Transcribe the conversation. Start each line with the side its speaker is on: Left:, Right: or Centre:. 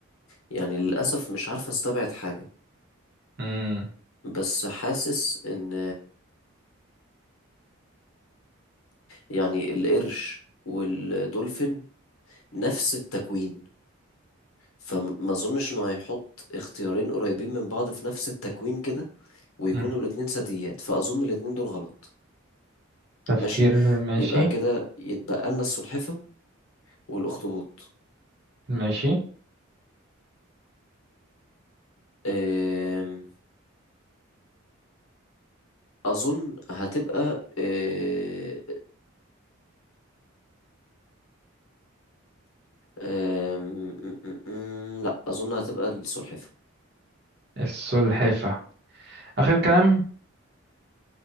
Left: يعني للأسف مش عارف استبعد حاجة
Right: مم.
Left: بس حاسس ان يعني القرش والدولفين نفس التكوين فما اظنش انه هيحط اختيارين قريبين من بعض في نفس التكوين كده ويكونوا
Right: مم.
Left: الاتنين ثدييات فاظن الاتنين دول غلط
Right: تفكير
Left: ماشي
Right: ماشي
Left: يبقى كده يتبقى لنا السلحفة والاخطبوط
Right: ماشي
Left: أم، اظن هتبقى أه، أم، م- م- م- لا اظن هتبقى السلحفة
Right: السلحفة آخر كلام